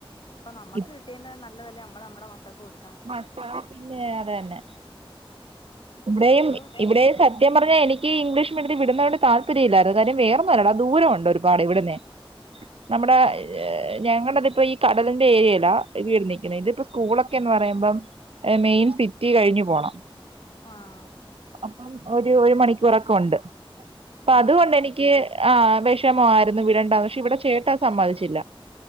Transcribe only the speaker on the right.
ഇപ്
മക്കളാ പിന്നെ അത് തന്നെ ഇവിടെയും
ഇവിടെയും സ സത്യം പറഞ്ഞാ എനിക്ക് ഇംഗ്ലീഷ് മീഡിയത്തിൽ വിടുന്നോണ്ട് താല്പര്യയില്ലായിരുന്നു കാര്യം വേറൊന്നൊല്ലടാ ദൂരോണ്ട് ഒരുപാട് ഇവ്ട്ന്നേ നമ്മടെ ഹ് ഞങ്ങളതിപ്പോ ഈ കടലിന്റെ ഏരിയെലാ വീട് നിക്കുന്നെ ഇതിപ്പോ സ്കൂളൊക്കെ. റ്റിന്ന് പറയുമ്പോം എ മെയിൻ സിറ്റി കഴിഞ്ഞു പോണം.
അപ്പം ഒരു ഒരു മണിക്കൂറൊക്കെ ഉണ്ട് അപ്പ
അതുകൊണ്ട്
എനിക്ക് ആ വെ. ട്ടമായിരുന്നു വിടേണ്ടന്ന് പക്ഷെ ഇവിടെ ചേട്ടാ അത് സമ്മദിച്ചില്ല.